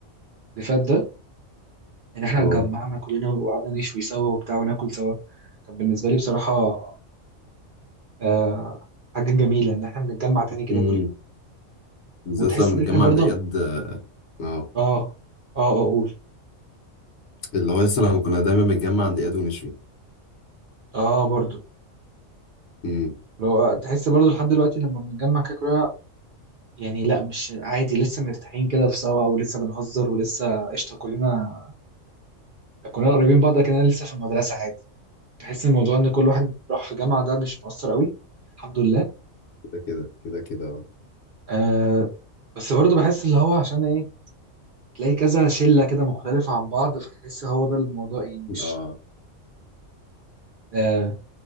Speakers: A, on the right; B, on the left.
A: اللي فات ده يعني احنا
B: اه
A: اتجمعنا كلنا وقعدنا نشوي سوا وبتاع وناكل سوا كان بالنسبة لي بصراحة آه حاجة جميلة ان احنا بنتجمع تاني كده
B: امم
A: كلنا
B: بالذات
A: وتحس
B: لما
A: ان احنا
B: نتجمع
A: برضه
B: عند اياد اه
A: اه اه اه اقول
B: اللي هو لسه لما كنا دايما بنتجمع عند اياد ونشوي
A: اه برضه
B: امم
A: لو تحس برضه لحد دلوقتي لما بنتجمع كده كلنا يعني لا مش عادي لسه مرتاحين كده في سوا ولسه بنهزر ولسه قشطة كلنا كلنا قريبين بعض كأننا لسه في المدرسة عادي بحس إن الموضوع ان كل واحد راح في جامعة ده مش مؤثر قوي الحمد لله
B: كده كده كده كده اه
A: آه بس برضه بحس اللي هو عشان ايه تلاقي كذا شله كده مختلفه عن بعض فتحس هو ده الموضوع يعني مش
B: اه
A: آه